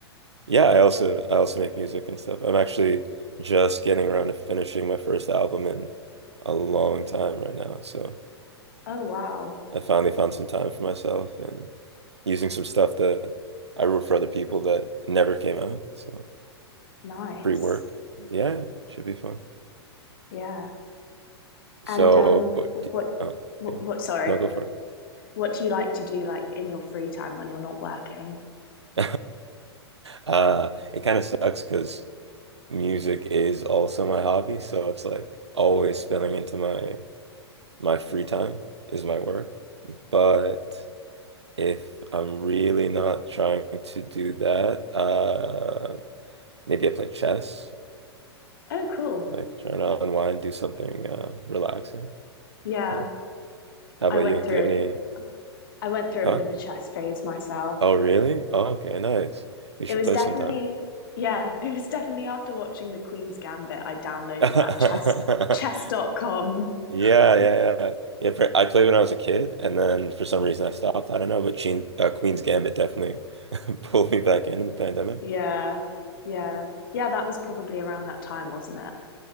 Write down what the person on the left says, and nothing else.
Oh, wow.
Nice.
Yeah.
And um, what,
what,
what, sorry,
what do you like to do like in your free time when you're not working?
Oh, cool.
Yeah.
I went
through
a,
I went through a
bit of a chess phase myself.
It
was
definitely,
yeah, <laughs> it was definitely after watching The Queen's Gambit, I downloaded
that chess chess dot com.
<laughs>
Yeah. Yeah. Yeah, that was probably around that time, wasn't it?